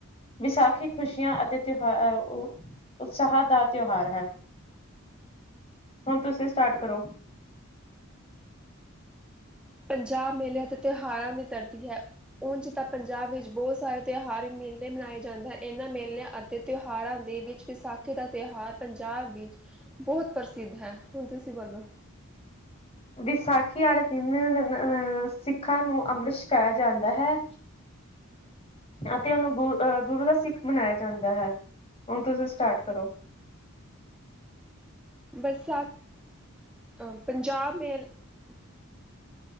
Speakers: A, on the left; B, in the centre.
A: ਵਿਸਾਖੀ ਖੁਸ਼ੀਆਂ ਅਤੇ ਤਿਉਹਾਰ ਉਤਸ਼ਾਹ ਦਾ ਤਿਉਹਾਰ ਹੈ, ਹੁਣ ਤੁਸੀਂ ਸਟਾਰਟ ਕਰੋ?
B: ਪੰਜਾਬ ਮੇਲੇ ਅਤੇ ਤਿਉਹਾਰਾਂ ਦੀ ਧਰਤੀ ਹੈ ਉਂਝ ਤਾਂ ਪੰਜਾਬ ਵਿੱਚ ਬਹੁਤ ਸਾਰੇ ਤਿਉਹਾਰ, ਮੇਲੇ ਮਨਾਏ ਜਾਂਦੇ ਹਨ ਇਹਨਾਂ ਮੇਲਿਆਂ ਅਤੇ ਤਿਉਹਾਰਾਂ ਦੇ ਵਿੱਚ ਵਿਸਾਖੀ ਦਾ ਤਿਉਹਾਰ ਪੰਜਾਬ ਵਿੱਚ ਬਹੁਤ ਪ੍ਰਸਿੱਧ ਹੈ, ਹੁਣ ਤੁਸੀਂ ਬੋਲੋ?
A: ਵਿਸਾਖੀ ਵਾਲੇ ਦਿਨ ਅਹ ਸਿੱਖਾਂ ਨੂੰ ਅੰਮ੍ਰਿਤ ਛਕਾਇਆ ਜਾਂਦਾ ਹੈ ਅਤੇ ਉਹਨੂੰ ਗੁਰ ਅਹ ਗੁਰੂ ਦਾ ਸਿੱਖ ਮਨਾਇਆ ਜਾਂਦਾ ਹੈ, ਹੁਣ ਤੁਸੀਂ ਸਟਾਰਟ ਕਰੋ?
B: ਵਿਸਾਖੀ ਆਈ ਪੰਜਾਬ ਮੇਲਿਆਂ।